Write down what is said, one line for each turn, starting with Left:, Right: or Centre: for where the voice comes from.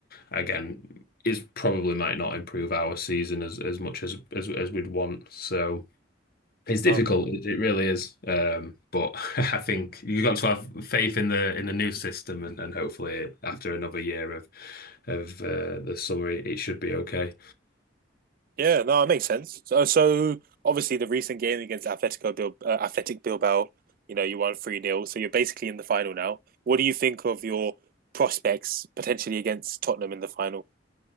Left: again is probably might not improve our season as as much as as as we'd want. So. It's difficult.
Right: I
Left: It, it really is. Um, but <laughs> I think you've got to have faith in the in the new system, and, and hopefully after another year of of uh, the summer, it, it should be okay.
Right: Yeah, no, it makes sense. So, so obviously the recent game against Atletico Bil uh, Athletic Bilbao, you know, you won 3 nil. so you're basically in the final now. What do you think of your prospects potentially against Tottenham in the final?